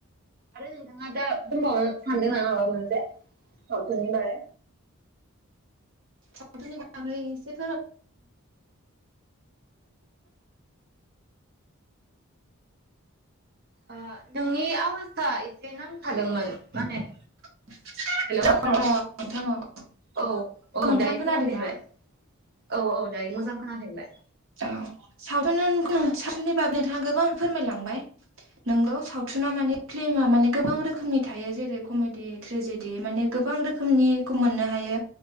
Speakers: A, on the right; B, on the right.
A: आरो नोंथाङा दा बुंबावनो सानदों ना माबा मोनसे सावथुननि बागै
B: सावथुननि बागै इस <inaudible>
A: ओ नोंनि आवाजआ एसे नांथादोंमोन माने
B: <unintelligible>
A: हेलौ औ औ
B: नोंथां
A: दायो
B: खोनादों
A: खोनाफिनबाय
B: ना?
A: औ औ दायो मोजां खोनाफिनबाय।
B: औ सावथुन सावथुननि बागै थ' आं गोबां फोरमायलांबाय। नोंगौ सावथुना माने फिल्मा माने गोबां रोखोमनि थायो जेरै कमेड दि त्रेजिदि माने गोबां रोखोमनिखौ मोननो हायो